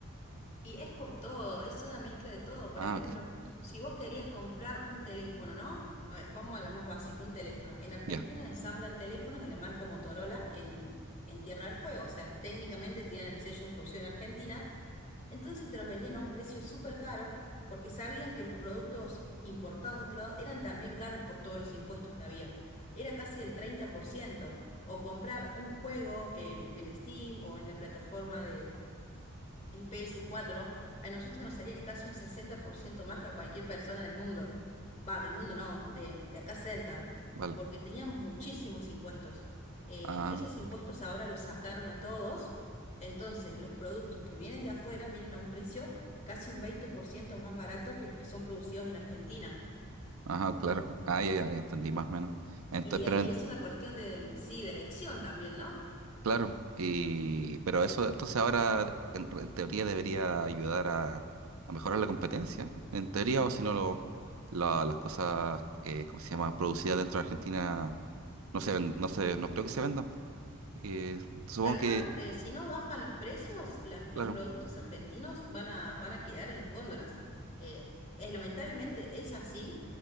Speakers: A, on the left (about 35°); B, on the right (about 75°).
A: Y es por todo, es una mezcla de todo. Por
B: Ah,
A: ejemplo,
B: ok,
A: si vos querías comprar un teléfono, ¿no? A ver, vamos a lo más básico, un teléfono. En Argentina
B: ya,
A: ensamblan teléfonos de la marca Motorola en, en Tierra del Fuego. O sea, técnicamente tienen el sello de producción argentina Entonces te los vendían a un precio súper caro porque sabían que los productos importados de otro lado eran también caros por todos los impuestos que había. Era casi del 30%. O comprar un juego en, en Steam o en la plataforma el ps cuatro a nosotros nos salía casi un 60% más que a cualquier persona del mundo. Va, del mundo no, de, de acá cerca,
B: vale.
A: porque teníamos muchísimos impuestos. Eh,
B: Ah,
A: esos impuestos ahora los sacaron a todos, entonces los productos que vienen de afuera vienen a un precio casi un 20% más barato que los que son producidos en Argentina.
B: ajá, claro. Ah, ya, ya, ya entendí más o menos. Entonces,
A: Y, eh,
B: pero
A: y es una cuestión de, mm, sí, de elección también, no
B: Claro, y, pero eso entonces ahora en, en teoría debería ayudar a, a mejorar la competencia, en teoría, o si no, lo- la- las cosas, eh, ¿cómo se llama?, producidas dentro de Argentina no se ven, no se, no creo que se vendan. Eh, supongo
A: Tal
B: que,
A: cual, eh, si no bajan los precios, las- los
B: claro,
A: productos argentinos van a, van a quedar en las góndolas. Eh, eh, lamentablemente es así,